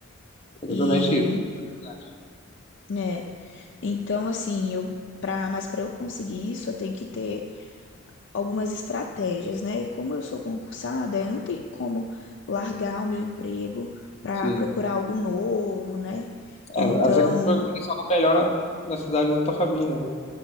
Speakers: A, on the left (about 30°); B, on the left (about 55°).
A: Exatamente
B: E,
A: isso, verdade.
B: né? Então, assim, eu para mas para eu conseguir isso, eu tenho que ter algumas estratégias, né? E Como eu sou concursada, eu não tenho como largar o meu emprego para
A: Sim.
B: procurar algo novo, né? Então,
A: É, a não ser que tu conseguisse algo melhor na, na cidade da tua família, né?